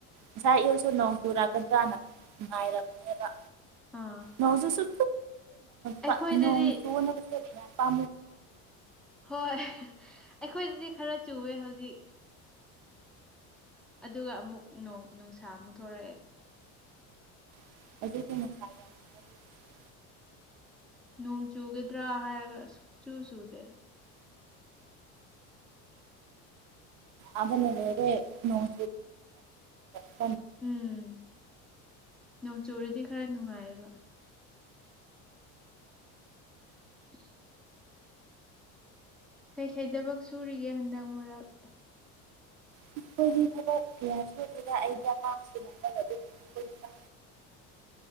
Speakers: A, on the right (about 65°); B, in the centre.
A: ꯉꯁꯥꯏ ꯏꯨꯁꯨ ꯅꯣꯡ ꯆꯨꯔꯛꯀꯗ꯭ꯔꯥꯅꯅꯨꯡꯉꯥꯏꯔꯕꯅꯦꯕ
B: ꯑꯥ
A: ꯉꯖꯁꯨ ꯇꯗꯣꯡꯣꯡ
B: ꯑꯩꯈꯣꯏꯗꯗꯤ
A: ꯇꯨꯅꯄꯥ ꯄ
B: ꯍꯣꯏ ꯑꯩꯈꯣꯏꯗꯗꯤ ꯈꯔ ꯆꯨꯋꯦ ꯍꯧꯖꯤꯛ ꯑꯗꯨꯒ ꯑꯃꯨꯛꯣꯡ ꯅꯨꯡꯁꯥ ꯑꯃꯨꯛ ꯊꯣꯔꯛꯑꯦ
A: ꯑꯗꯨꯗꯤ ꯉꯅꯨꯡꯉꯥꯏ ꯌꯥꯝ
B: ꯅꯣꯡ ꯆꯨꯒꯗ꯭ꯔꯥ ꯍꯥꯏꯔꯒ ꯁꯨꯛ ꯆꯨ ꯆꯨꯗꯦ
A: ꯑꯗꯅꯔꯣꯡ ꯆ
B: ꯎꯝ ꯅꯣꯡꯆꯨꯨꯔꯗꯤ ꯈꯔ ꯅꯨꯡꯉꯥꯏꯌꯦꯕ <inaudible> ꯀꯩꯀꯩꯗꯕꯛ ꯁꯨꯔꯤꯒꯦ ꯍꯟꯗꯛ ꯃꯔꯛ
A: ꯑꯩꯈꯣꯏꯒꯤ ꯊꯕꯛ ꯀꯌꯥ ꯁꯨꯗꯨꯒ ꯑꯩꯒꯤ ꯑꯉꯥꯡꯁꯨ ꯅꯅꯕ ꯑꯗꯨ ꯇ꯫